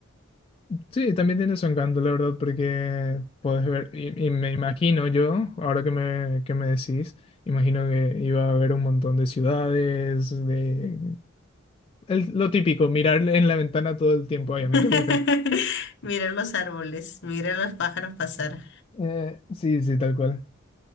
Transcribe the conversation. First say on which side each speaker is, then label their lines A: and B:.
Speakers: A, on the left; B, on the left.
A: Sí, también tiene su encanto, la verdad, porque puedes ver, y, y me imagino yo, ahora que me, que me decís, imagino que iba a haber un montón de ciudades, de el- lo típico, mirar en la ventana todo el tiempo, ay,
B: <laughs>
A: a mí que me encanta.
B: Mirar los árboles, mirar los pájaros pasar.
A: Eh, sí, sí, tal cual.